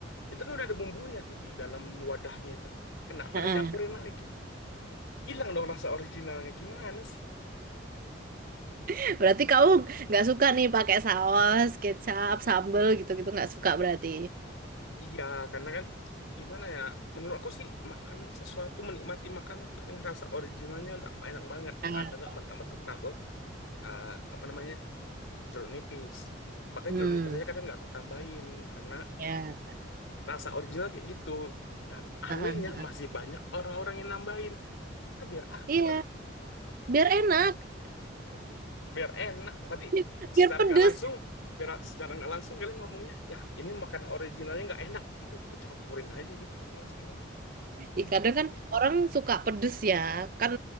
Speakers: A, on the left; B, on the right.
A: Itu kan udah ada bumbunya tuh di dalam wadahnya itu. Kenapa
B: Heeh.
A: dicampurin lagi? Hilang dong rasa originalnya. Gimana sih?
B: <laughs> Berarti kamu nggak suka nih pakai saus, kecap, sambel gitu-gitu nggak suka berarti.
A: Iya, karena kan gimana ya? Menurut aku sih makanan sesuatu menikmati makanan tuh dengan rasa originalnya udah enak banget.
B: Ah,
A: Atau nggak mentah-mentah tabur eh, apa namanya jeruk nipis. Bahkan
B: Hmm.
A: jeruk nipis aja kadang nggak aku tambahin karena
B: Ya.
A: rasa original kayak gitu dan anehnya
B: Ah, ah, ah.
A: masih banyak orang-orang yang nambahin itu biar apa
B: Iya, biar enak.
A: biar enak berarti
B: <laughs> biar
A: secara
B: pedes
A: nggak langsung biar secara nggak langsung kalian ngomongnya ya ini makan originalnya nggak enak gitu kucampurin aja gitu mas gimana <laughs>
B: Ih, kadang kan orang suka pedes ya kan